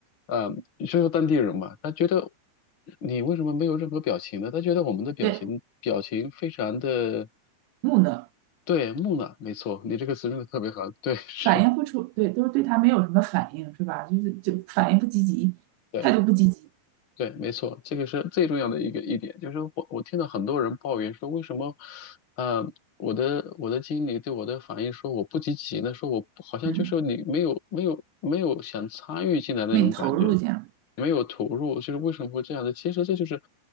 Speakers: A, on the left; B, on the right.
A: 呃，就是当地人嘛，他觉得你为什么没有任何表情呢？他觉得我们的表情表情非常的
B: 对，木讷。
A: 对木讷，没错，你这个词用的特别好，对，是，
B: 反应不出，对，都是对他没有什么反应，是吧？就是就反应不积极，
A: 对。
B: 态度不积极，
A: 对，没错，这个是最重要的一个一点，就是我我听到很多人抱怨说，为什么，呃，我的我的经理对我的反应说我不积极呢？说我不好像就是你没有没有没有想参与进来那种感觉，
B: 嗯，没投入进样，
A: 没有投入，就是为什么会这样的？其实这就是，